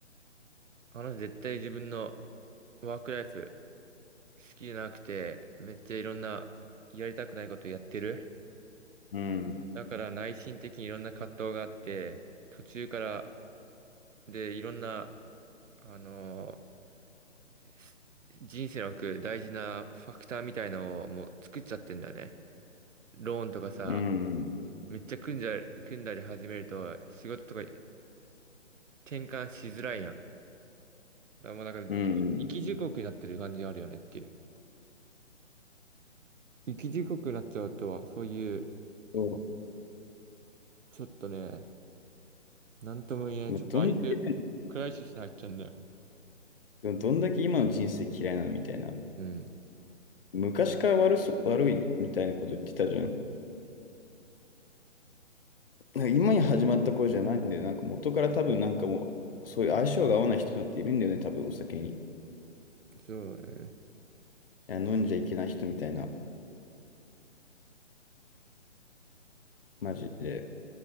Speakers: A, on the right (about 80°); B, on the left (about 50°).
A: あの絶対自分のワークライフ好きじゃなくて、めっちゃいろんなやりたくないことやってる。
B: うん、
A: だから内心的にいろんな葛藤があって、途中からでいろんな、あのーす人生の奥大事なファクターみたいのをもう作っちゃってんだよね。ローンとかさ、
B: うん、
A: めっちゃ組んじゃ、組んだり始めると仕事とか転換しづらいやん。だからもうなんか、
B: うん。
A: 生き地獄になってる感じがあるよねっていう。生き地獄になっちゃうとは、そういう、
B: そ
A: ちょっとね、なんとも言えない。
B: う。もうどんだけね
A: ちょっと相手、クライシスに入っちゃうんだよ。
B: でもどんだけ今の人生嫌いなのみたいな。
A: うん。
B: 昔から悪そう、悪いみたいなこと言ってたじゃん。なんか今に始まった頃じゃないんだよね。なんか元から多分なんかもう、そういう相性が合わない人っているんだよね、多分お酒に。い
A: そうだね。
B: や飲んじゃいけない人みたいな、マジで。